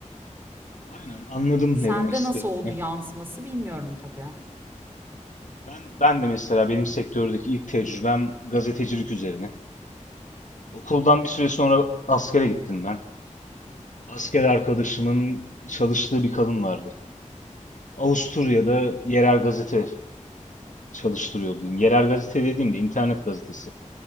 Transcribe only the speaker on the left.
Aynen anladım
ne demek istediğini.
Ben, ben de mesela benim sektördeki ilk tecrübem gazetecilik üzerine. Okuldan bir süre sonra askere gittim ben. Asker arkadaşımın çalıştığı bir kadın vardı. Avusturya'da yerel gazete çalıştırıyordu diyeyim. Yerel gazete dediğimde internet gazetesi.